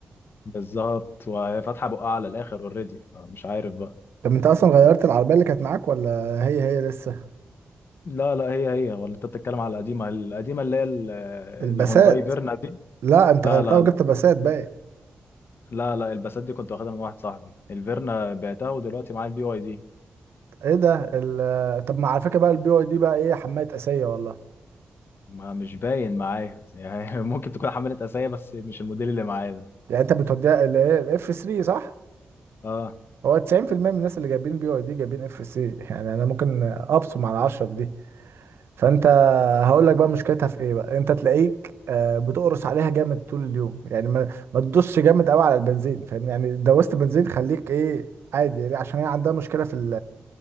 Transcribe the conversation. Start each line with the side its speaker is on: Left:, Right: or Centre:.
Left: بالظبط وهي فاتحه بقها على الاخر اوريدي فمش عارف بقى
Right: <laughs> طب انت اصلا غيرت العربيه اللي كانت معاك ولا هي هي لسه
Left: لا لا هي هي ولا انت بتتكلم على القديمه القديمه اللي هي ال-
Right: الباسات
Left: الهونداي فيرنا دي
Right: لا انت
Left: لا
Right: غيرتها
Left: لا
Right: وجبت
Left: لا
Right: باسات بقت
Left: لا لا الباسات دي كنت واخدها من واحد صاحبي الفيرنا بعتها ودلوقتي معايا البي واي دي
Right: ايه ده ال- طب ما على فكره بقى البي واي دي بقى ايه حمايه اسيه والله
Left: ما مش باين معايا يعني <laughs> ممكن تكون حملت اسايا بس مش الموديل اللي معايا ده
Right: يعني انت بتوديها الايه الاف 3 صح
Left: اه
Right: هو 90% من الناس اللي جايبين بي واي دي جايبين اف سي يعني انا ممكن ابصم على 10 في دي فانت هقول لك بقى مشكلتها في ايه بقى انت تلاقيك آه، بتقرص عليها جامد طول اليوم يعني ما ما تدوسش جامد قوي على البنزين فاهم يعني دوست بنزين خليك ايه عادي يعني عشان هي عندها مشكله في ال